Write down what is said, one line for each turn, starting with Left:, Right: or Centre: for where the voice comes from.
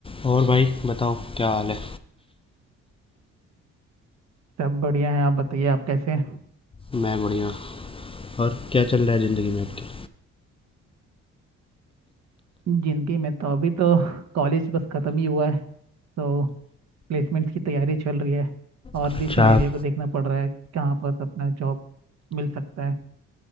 Left: और भाई बताओ क्या हाल है
Right: सब बढ़िया है आप बताइए आप कैसे हैं
Left: मैं बढ़िया और क्या चल रहा है ज़िंदगी में आपकी
Right: जिंदगी में तो अभी तो कॉलेज बस खत्म ही हुआ है तो प्लेसमेंट्स की तैयारी चल रही है और
Left: अच्छा
Right: भी सिनेरियो
Left: आप
Right: को देखना पड़ रहा है कहाँ पर अपना जॉब मिल सकता है